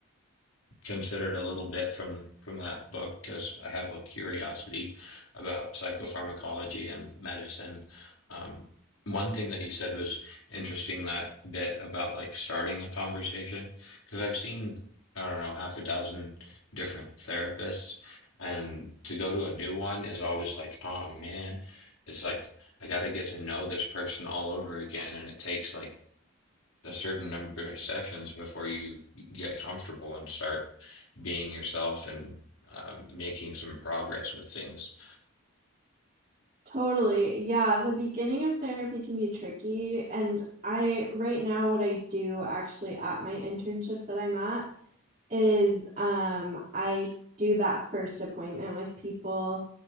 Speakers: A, on the left; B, on the right.
A: considered a little bit from from that book because I have a curiosity about psychopharmacology and medicine. Um, one thing that you said was interesting, that bit about like starting a conversation, because I've seen, I don't know, half a dozen different therapists, and to go to a new one is always like, oh man, it's like I got to get to know this person all over again, and it takes like a certain number of sessions before you get comfortable and start being yourself and um, making some progress with things.
B: Totally. Yeah, the beginning of therapy can be tricky, and I right now what I do actually at my internship that I'm at is um I do that first appointment with people